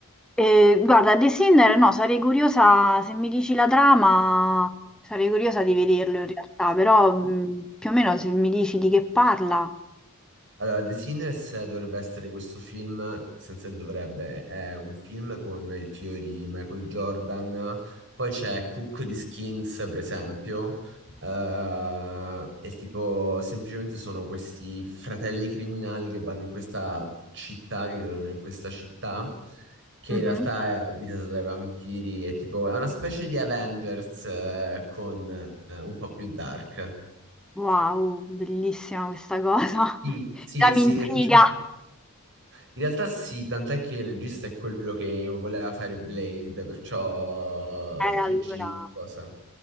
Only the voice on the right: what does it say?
Allora, The Sinners eh, dovrebbe essere questo film, senza il dovrebbe, è un film con il fiore di Michael Jordan, poi c'è Cook di Skins, per esempio, eh, e tipo semplicemente sono questi fratelli criminali che vanno in questa città, che vivono in questa città, che
in realtà è abitata dai vampiri, e tipo è una specie di Avengers, eh, con eh, un po' più dark.
Sì,
sì,
sì,
mi è piaciuto. In realtà sì, tant'è che il regista è quello che voleva fare Blade, perciò
GG
cosa.